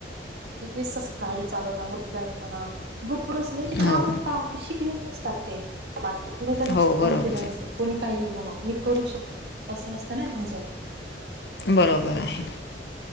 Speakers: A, on the right (about 65°); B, on the left (about 65°).
A: कस <unintelligible> गाडी चालवता मोठी गाडी म्हणा भरपूर असं म्हणजे ते कारण
B: हो
A: का की शिकलेली असतात ते, बाकी तुम्ही त्यांना
B: हो
A: कस कॉन्फिडन्स
B: बरोबर
A: कुणी काहीही म्हणो, मी करू शकते असं असतं ना त्यांच्यात
B: बरोबर आहे.